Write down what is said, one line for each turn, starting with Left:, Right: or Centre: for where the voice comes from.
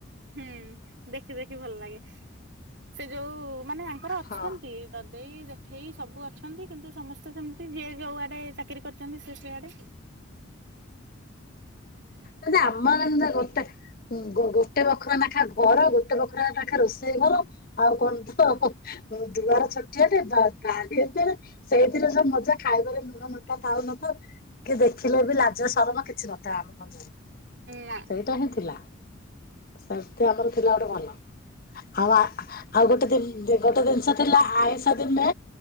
Right: ହୁଁ ଦେଖି ଦେଖି ଭଲ ଲାଗେ। ସେ ଯୋଉ-ଉ-ଉ ମାନେ ଆଙ୍କର ଅଛନ୍ତି
Left: ହଁ
Right: ଦା ଦେଇ ଜେଠେଇ ସବୁ ଅଛନ୍ତି କିନ୍ତୁ ସମସ୍ତେ ସେମିତି ଯିଏ ଯୋଉ ଆଡେ ଚାକିରି କରିଛନ୍ତି ସେ ସିଆଡେ।
Left: ଯେମିତି ଅମ୍ବାଗାନେ ଗୋଟେ ଗୋ ଗୋ ଗୋଟେ ବଖରା ନେଖା ଘର ଗୋଟେ ବଖରା ନେଖା ରୋଷେଇ ଘର ଆଉ ଙ୍କ ତ ଦୁଆର ଛୋଟିଆ <unintelligible> ସେଇଥିରେ ଯଉ ମଜା ଖାଇବାରେ ନୁଣ ନଙ୍କା ଥାଉ ନ ଥାଉ କି ଦେଖିଲେ ବି ଲାଜ ସରମ କିଛି ନ ଥାମ୍। ସେଇଟା
Right: ନା
Left: ହିଁ ଥିଲା। ସେମିତି ଆମର ଥିଲା ଗୋଟେ ଭଲ ଆଉ ଆଉ ଗୋଟେ ଦି ଗୋଟେ ଜିନିଷ ଥିଲା ଆଇଁଷ ଦିନେ